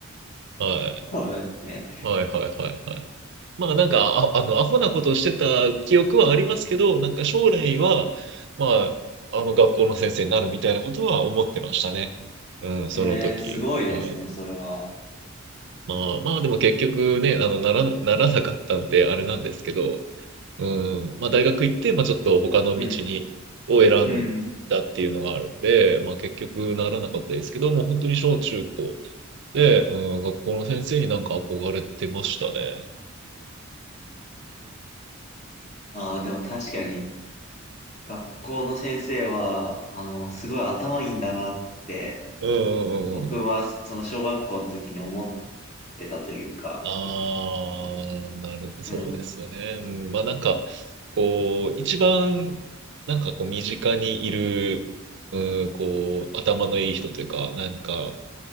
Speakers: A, on the right (about 60°); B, on the left (about 35°).
A: は
B: そうなんですね。
A: い、はい、はい、はい、はい。まあなんか、あ、あの、アホなことしてた記憶はありますけど、なんか将来は、まあ、あの、学校の先生になるみたいなことは思ってましたね。うん、その時。
B: えー、すごいですね、
A: はい。
B: それは。
A: まあ、まあでも結局ね、あの、なら、ならなかったんで、あれなんですけど、うん。まあ、大学行って、まあ、ちょっと他の道に、
B: うん、
A: を選んだっていうのがあるんで、
B: うん。
A: まあ、結局ならなかったですけど、もう本当に小中高で、うん、学校の先生になんか憧れてましたね。
B: ああ、でも確かに、学校の先生は、あの、すごい頭いいんだなって、
A: うんう
B: 僕は、
A: んうんうん。
B: その小学校の時に思ってたというか、
A: ああ、なるほど、そうですよね。
B: うん。
A: うん、まあ、なんか、こう、一番、なんかこう、身近にいる、うん、こう、頭のいい人というか、なんか、